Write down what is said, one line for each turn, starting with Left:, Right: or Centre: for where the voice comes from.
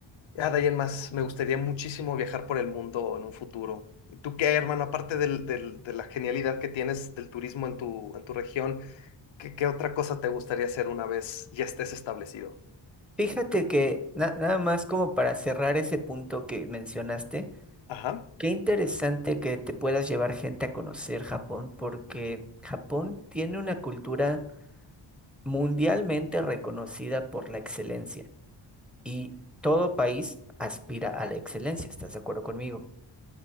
Left: ya de ahí en más, me gustaría muchísimo viajar por el mundo en un futuro. ¿Y tú qué, hermano, aparte del- del- de la genialidad que tienes del turismo en tu, en tu región, qué, qué otra cosa te gustaría hacer una vez ya estés establecido?
Centre: Fíjate que na- nada más como para cerrar ese punto que mencionaste,
Left: Ajá,
Centre: qué interesante que te puedas llevar gente a conocer Japón, porque Japón tiene una cultura mundialmente reconocida por la excelencia y todo país aspira a la excelencia, ¿estás de acuerdo conmigo?